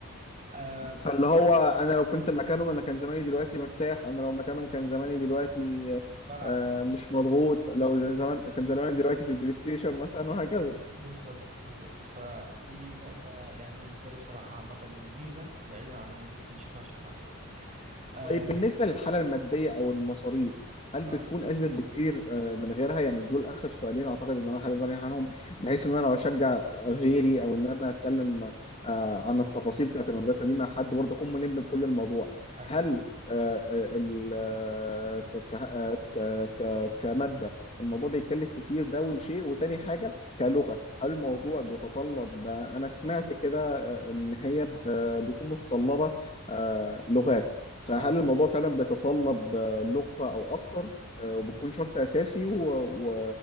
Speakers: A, on the right; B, on the left.
A: أم...
B: فاللي هو انا لو كنت مكانهم انا كان زماني دلوقتي مرتاح انا لو مكانهم كان زماني دلوقتي
A: بلعب
B: آه،
A: آه،
B: مش مضغوط لو
A: بالظبط
B: زمان كان زماني دلوقتي في البلاي ستيشن مثلا وهكذا
A: بز... بالظبط بالظبط فدي نقطة يعني بالنسبة لي بصراحة عامة ميزة بعيدا عن اللي ممكن يشوفها شوفها عيب أم...
B: طيب بالنسبة للحالة
A: أم،
B: المادية أو المصاريف هل
A: اه
B: بتكون أزيد بكتير آه، من غيرها؟ يعني دول آخر سؤالين أعتقد إن أنا حابب أرجع عنهم بحيث
A: أم،
B: إن أنا لو أشجع غيري أو إن أنا أتكلم آه، عن التفاصيل بتاعت المدرسة دي مع حد برضه أكون ملم بكل الموضوع.
A: أكيد
B: هل آه، آه، ال- آه، ك- ك- آه، ك- ك- كمادة الموضوع بيتكلف كتير ده أول شيء وتاني حاجة كلغة هل الموضوع بيتطلب آه، أنا سمعت كده آه، إن هي ب- بيكون متطلبة آه، لغات فهل
A: اه
B: الموضوع فعلا بيتطلب آه، لغة أو أكتر آه،
A: أم.
B: وبتكون شرط أساسي و... و...